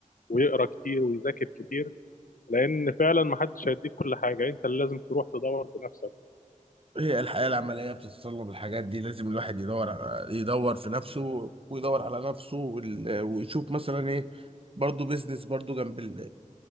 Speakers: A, on the left; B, on the right.
A: ويقرا كتير ويذاكر كتير لان فعلا ما حدش هيديك كل حاجة انت اللي لازم تروح تدور بنفسك
B: هي الحياة العملية بتتطلب الحاجات دي لازم الواحد يدور على يدور في نفسه ويدور على نفسه وال- ويشوف مثلا ايه برضه بيزنس برضه جنب ال-